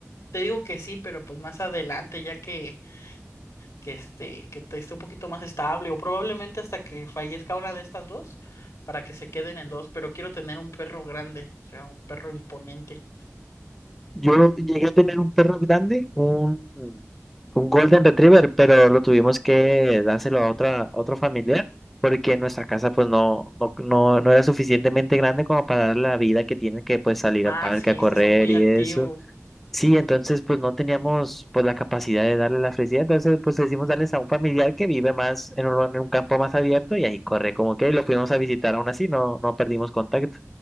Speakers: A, on the left; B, in the centre.
A: te digo que sí, pero pues más adelante, ya que, que este, que te esté un poquito más estable, o probablemente hasta que fallezca una de estas dos, para que se queden en dos, pero quiero tener un perro grande, o sea, un perro imponente.
B: Yo llegué a tener un perro grande, un, un Golden Retriever, pero lo tuvimos que dárselo a otra, a otro familiar, porque nuestra casa pues no, no, no, no era suficientemente grande como para darle la vida que tiene que pues salir
A: Ah,
B: al parque
A: sí,
B: a correr
A: es que son muy
B: y
A: activos.
B: eso. Sí, entonces pues no teníamos pues la capacidad de darle la felicidad, entonces pues decidimos darles a un familiar que vive más en un, en un campo más abierto y ahí corre como que y lo fuimos a visitar aún así, no, no perdimos contacto.